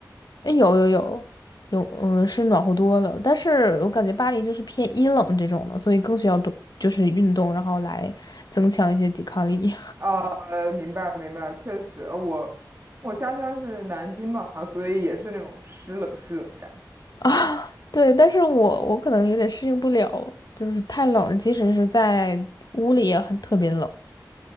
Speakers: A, on the left; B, on the right.
A: 哎，有有有有，嗯，是暖和多了。但是我感觉巴黎就是偏阴冷这种的，所以更需要多就是运动，然后来增强一些抵抗力
B: 啊，呃明白明白，确实，呃我我家乡是南京嘛，所以也是那种湿冷湿冷的感觉。
A: <laughs> 啊。对，但是我我可能有点适应不了，就是太冷了即使是在屋里也很特别冷。